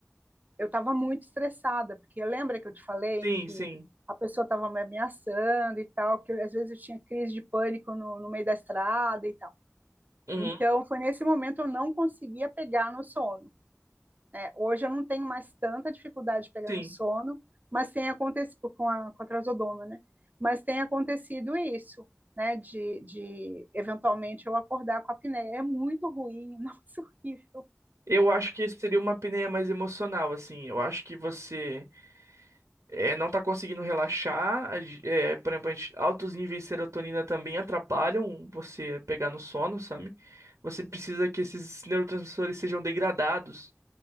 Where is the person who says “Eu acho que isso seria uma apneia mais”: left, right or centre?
Right